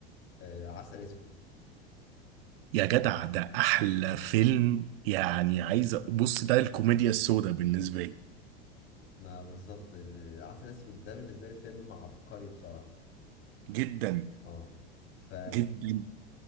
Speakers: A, on the left; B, on the right.
A: آه، عسل اسود
B: يا جدع ده احلى فيلم يعني عايز أ- بص ده الكوميديا السوداء بالنسبة لي
A: ما بالظبط ال- عسل اسود ده بالنسبه لي فيلم عبقري بصراحه
B: جدا
A: اه ف
B: جدا